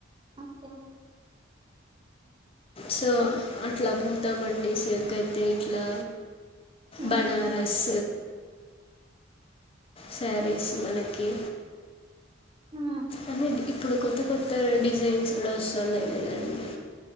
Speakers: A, on the right; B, on the left.
A: ఓకే
B: సో అట్లా పోతామండి సెవక్ అయితే ఇట్లా
A: ఉమ్,
B: బనారస్
A: ఉమ్,
B: సారీస్ మనకి
A: ఉమ్,
B: అన్నిటికీ ఇప్పుడు కొత్త కొత్త డిజైన్స్ కూడా వస్తున్నాయి కదండి